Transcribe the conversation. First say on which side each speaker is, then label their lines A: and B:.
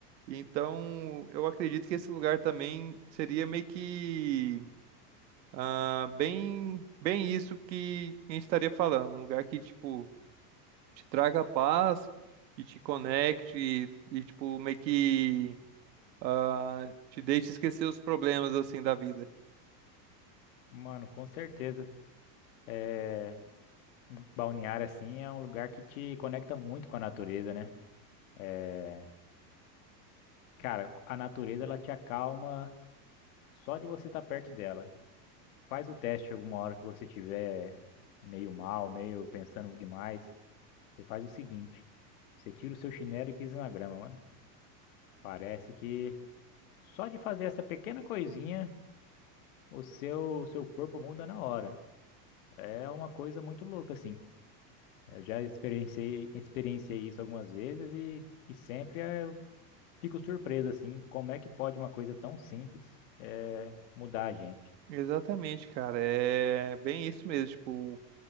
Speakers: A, on the right; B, on the left.
A: Então, eu acredito que esse lugar também seria meio que ah, bem, bem isso que a gente estaria falando. Um lugar que, tipo, te traga paz, que te conecte e, tipo, meio que ah, te deixe esquecer os problemas, assim, da vida.
B: Mano, com certeza. É, balneário, assim, é um lugar que te conecta muito com a natureza, né? É, cara, a natureza, ela te acalma Só de você estar perto dela. Faz o teste alguma hora que você tiver meio mal, meio pensando demais. Você faz o seguinte: você tira o seu chinelo e pisa na grama, mano. Parece que só de fazer essa pequena coisinha, o seu seu corpo muda na hora. É uma coisa muito louca, assim. Eu já experienciei, experienciei isso algumas vezes e, e sempre eh, eu fico surpreso, assim, como é que pode uma coisa tão simples eh, mudar a gente.
A: Exatamente, cara. É bem isso mesmo. Tipo,